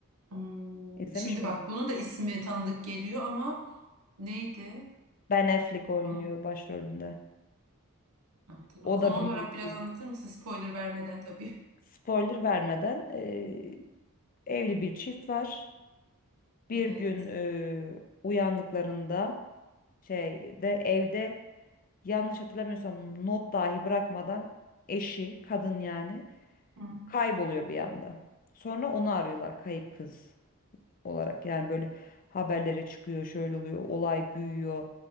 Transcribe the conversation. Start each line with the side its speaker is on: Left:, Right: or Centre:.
Right: Hmm,
Left: İzlemiş
Right: şimdi
Left: miydin?
Right: bak bunun da ismi tanıdık geliyor ama neydi?
Left: Ben Affleck oynuyor
Right: Konu,
Left: başrolünde.
Right: hatırlam.
Left: O
Right: Konu
Left: da müthiş.
Right: olarak biraz anlatır mısın? Spoiler vermeden tabii.
Left: Spoiler vermeden eee, evli bir çift var. Bir
Right: Evet.
Left: gün eee, uyandıklarında şeyde evde yanlış hatırlamıyorsam not dahi bırakmadan eşi kadın yani
Right: Hı.
Left: kayboluyor bir anda. Sonra onu arıyorlar kayıp kız olarak. Yani böyle haberlere çıkıyor, şöyle oluyor, olay büyüyor